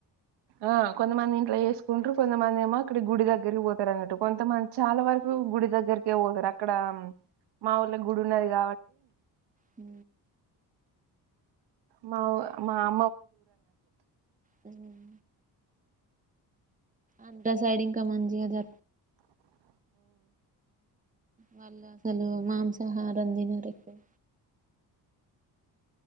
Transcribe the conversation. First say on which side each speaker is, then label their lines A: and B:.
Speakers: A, on the right (about 75°); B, on the right (about 20°).
A: ఆ కొంతమంది ఇంట్లో చేసుకుంట్రరు కొంత మంది ఏమో అక్కడి గుడి దగ్గరికి పోతారు అన్నట్టు కొంతమంది చాలా వరకు గుడి దగ్గరికే పోతరు అక్కడ మా ఊళ్ళ గుడి ఉన్నది కాబట్టి
B: హ
A: మావ్ మా అమ్మ వాళ్ళ ఊరన్న
B: మ్మ్ అంతా సైడ్ ఇన్కమ్ మంచిగ జరుపు
A: ఆ
B: వాళ్ళు అసలు మాంసాహారం తినుడు ఎక్కువ